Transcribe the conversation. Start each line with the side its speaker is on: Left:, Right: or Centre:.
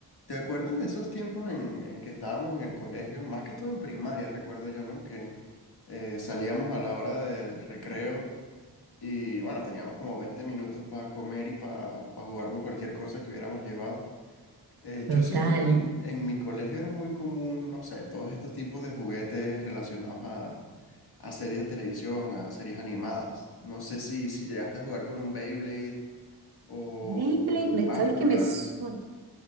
Left: ¿Te acuerdas de esos tiempos en, en que estábamos en el colegio? Más que todo en primaria, recuerdo yo, ¿no? Que eh, salíamos a la hora del recreo y bueno, teníamos como 20 minutos para comer y para jugar con cualquier cosa que hubiéramos llevado. Eh,
Right: Total.
Left: yo siento que en, en mi colegio era muy común, no sé, todos estos tipos de juguetes relacionados a, a series de televisión, a series animadas. No sé si, si llegaste a jugar con un Beyblade o,
Right: Beyblade,
Left: o con un
Right: me-
Left: Bakugan.
Right: sabes qué me suena?